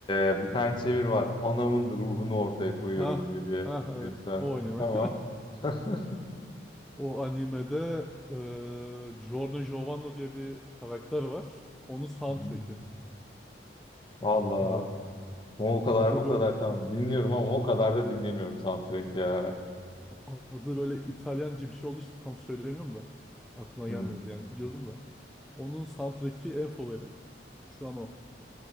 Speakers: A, on the left; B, in the centre.
A: e, bir tane çevir var. Anamın ruhunu ortaya koyuyorum
B: Ha
A: diye bir
B: ha
A: şey
B: evet
A: bir
B: o anime.
A: Tamam.
B: <laughs>
A: Hı hı.
B: O animede eee Giorno Giovanni diye bir karakter var. Onun soundtrack'i.
A: <laughs> Vallahi
B: Eee,
A: o kadar
B: adı
A: o
B: böyle
A: kadar tam
B: a-
A: dinliyorum ama o kadar da dinlemiyorum soundtrack ya.
B: a- adı böyle İtalyanca bir şey oldu işte tam söyleyemiyorum da aklıma
A: Hmm.
B: gelmedi yani biliyordum da. Onun soundtrack'i en favorim. Şu an o.